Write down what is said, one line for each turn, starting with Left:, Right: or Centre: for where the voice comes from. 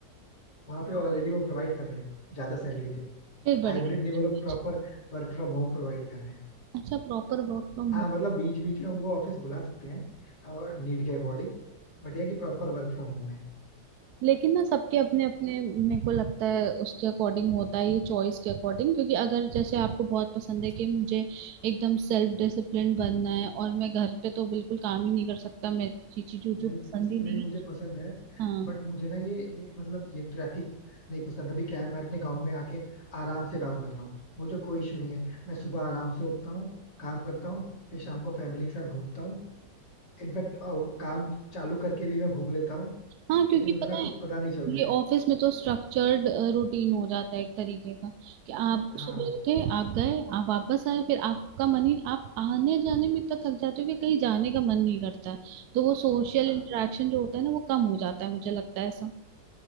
Left: वहां पे ऑलरेडी वो प्रोवाइड कर रहे हैं ज्यादा सैलरी पे
Right: फिर बढ़िया
Left: हाइब्रिड नहीं वो
Right: अच्छा
Left: लोग proper work from home provide कर रहे हैं
Right: अच्छा, प्रॉपर वर्क फ्रॉम
Left: हाँ
Right: होम
Left: मतलब बीच बीच में हम वो ऑफिस बुला सकते हैं और नीड के अकॉर्डिंग बट ये कि प्रॉपर वर्क फ्रॉम होम है
Right: लेकिन ना सबके अपने अपने मेरे को लगता है उसके अकॉर्डिंग होता है ये चॉइस के अकॉर्डिंग क्योंकि अगर जैसे आपको बहुत पसंद है कि मुझे एकदम सेल्फ डिसिप्लिन बनना है और मैं घर पे तो बिल्कुल काम ही नहीं कर सकता मेरे को चीची चूचू
Left: हेल्थ
Right: पसंद
Left: डिसिप्लिन
Right: ही नहीं
Left: मुझे
Right: है
Left: पसंद है
Right: हाँ
Left: बट मुझे ना ये ये मतलब ये ट्रैफिक नहीं पसंद अभी क्या है मैं अपने गांव में आके आराम से काम कर रहा हूँ मुझे कोई इशू नहीं है मैं सुबह आराम से उठता हूँ काम करता हूँ फिर शाम को फैमिली के साथ घूमता हूँ इनफैक्ट काम चालू करके भी मैं घूम लेता हूँ
Right: हाँ क्योंकि
Left: लेकिन उतना
Right: पता है
Left: कुछ पता नहीं चलता
Right: ये
Left: है
Right: ऑफिस में तो स्ट्रक्चर्ड रूटीन हो जाता है एक तरीके का कि आप
Left: हाँ
Right: सुबह उठे आप गए आप वापस आए फिर आपका मन ही आप आने जाने में इतना थक जाते हो कि कहीं जाने का मन नहीं करता है तो वो सोशल
Left: अब-
Right: इंटरेक्शन जो होता है ना वो कम हो जाता है मुझे लगता है ऐसा